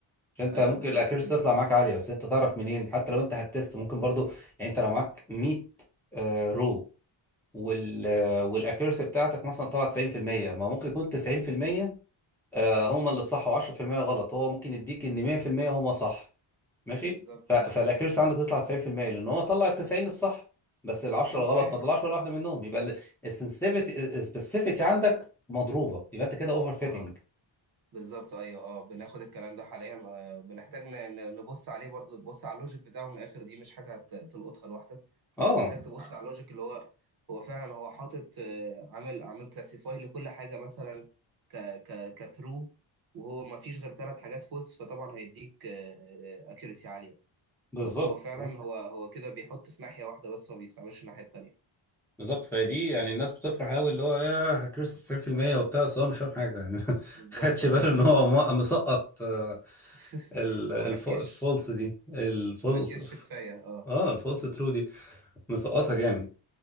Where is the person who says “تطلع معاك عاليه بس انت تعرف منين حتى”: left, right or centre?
Centre